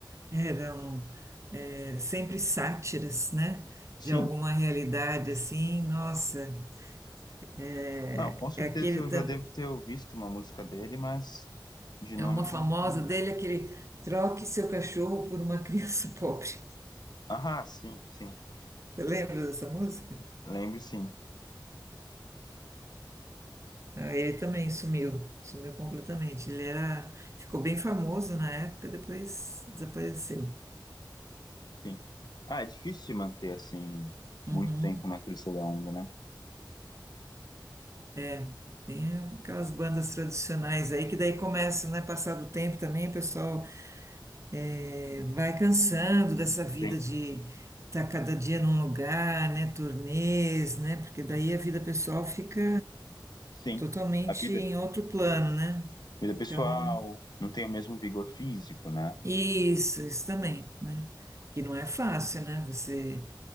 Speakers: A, on the right (about 40°); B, on the left (about 60°).
A: eram é, sempre sátiras, né?
B: Sim,
A: De alguma realidade assim, nossa, é,
B: não, com certeza
A: é aquele
B: eu
A: tam-
B: já devo ter visto uma música dele, mas de nome
A: é uma
B: eu
A: famosa
B: não lembro
A: dele, aquele troque seu cachorro por uma criança pobre. <laughs>
B: Ah, sim, sim.
A: Você lembra dessa música
B: Lembro sim.
A: Não, Ele também sumiu, sumiu completamente. Ele era, ficou bem famoso na época, depois desapareceu.
B: Sim. Ah, é difícil se manter assim
A: Uhum,
B: muito tempo na crista da onda, né?
A: é, tem aquelas bandas tradicionais aí que daí começam, né? Passar do tempo também, o pessoal é, vai cansando dessa vida
B: Sim,
A: de estar cada dia num lugar, né? Turnês, né? Porque daí a vida pessoal fica
B: sim.
A: totalmente
B: A vida,
A: em outro plano, né?
B: vida pessoal
A: Então,
B: não tem o mesmo vigor físico, né?
A: isso, isso também, né? Que não é fácil, né? Você